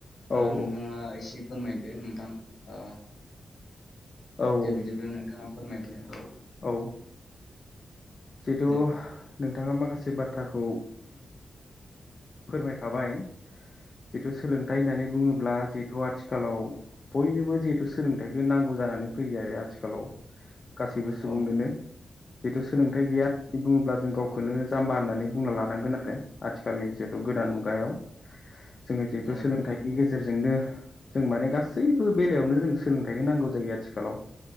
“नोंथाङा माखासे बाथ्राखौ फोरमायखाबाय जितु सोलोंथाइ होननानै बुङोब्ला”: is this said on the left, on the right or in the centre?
Left